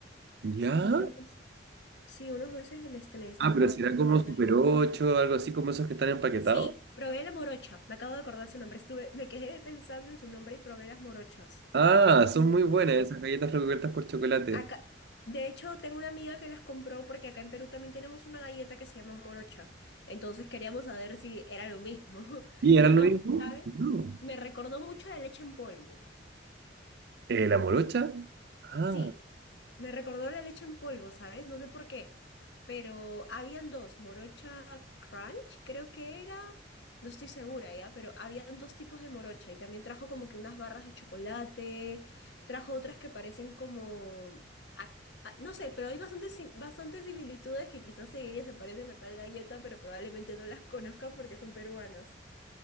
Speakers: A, on the right; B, on the left.
A: ¿Ya?
B: Unos dulces, sí, unos dulces en Nestlé estuve
A: Ah, pero
B: probando
A: será como Super
B: ahí.
A: 8, algo así como esos que están empaquetados.
B: Sí, probé la morocha, me acabo de acordar su nombre, estuve, me quedé pensando en su nombre y probé las morochas.
A: Ah, son muy buenas
B: eh,
A: esas galletas recubiertas por chocolate.
B: Acá, de hecho, tengo una amiga que las compró porque acá en Perú también tenemos una galleta que se llama morocha. Entonces queríamos saber si era lo mismo. <laughs>
A: ¿Y eran
B: Y no,
A: lo mismo?
B: ¿sabes?
A: No.
B: Me recordó mucho la leche en polvo.
A: Eh, ¿la morocha? Ah,
B: Sí, me recordó la leche en polvo, ¿sabes? No sé por qué. Pero habían dos, morocha crunch, creo que era, no estoy segura ya, pero habían dos tipos de morocha y también trajo como que unas barras de chocolate, trajo otras que parecen como, a- a- no sé, pero hay bastantes, sim- bastantes similitudes que quizás seguiría se parecen a tal galleta, pero probablemente no las conozca porque son peruanas.